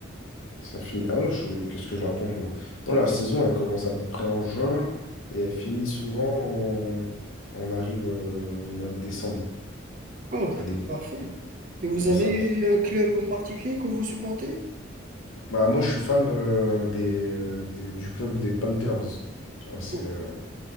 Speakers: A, on the left (about 85°); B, on the right (about 45°).
A: ça finit. Ah non, je- qu'est-ce que je raconte, moi? Non, la saison, elle commence à peu près en juin et elle finit souvent en- quand on arrive euh, au mois de décembre.
B: Oh,
A: Ça dépend.
B: parfait. Et vous
A: mais
B: avez
A: ça
B: un club en particulier que vous supportez?
A: Bah, moi, je suis fan euh, des, euh, des- du club des Panthers. Tu vois, c'est,
B: Oh,
A: euh,